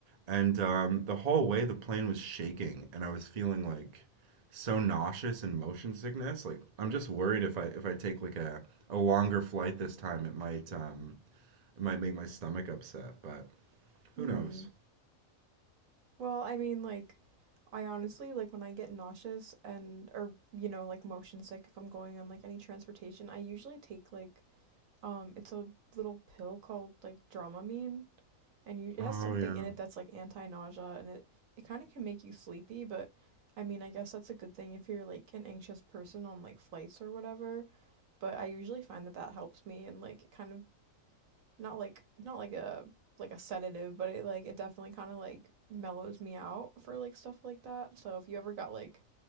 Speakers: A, on the right (about 40°); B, on the right (about 75°).
A: And um, the whole way the plane was shaking and I was feeling like so nauseous and motion sickness. Like I'm just worried if I if I take like a, a longer flight this time, it might um, it might make my stomach upset, but
B: Hmm.
A: who knows?
B: Well, I mean, like, I honestly, like, when I get nauseous and, or, you know, like, motion sick, if I'm going on, like, any transportation, I usually take, like, Um, it's a little pill called like Dramamine, and you
A: Oh
B: it has something
A: yeah.
B: in it that's like anti-nausea, and it it kind of can make you sleepy, but I mean, I guess that's a good thing if you're like an anxious person on like flights or whatever. But I usually find that that helps me and like it kind of not like not like a like a sedative, but it like it definitely kind of like mellows me out for like stuff like that. So if you ever got like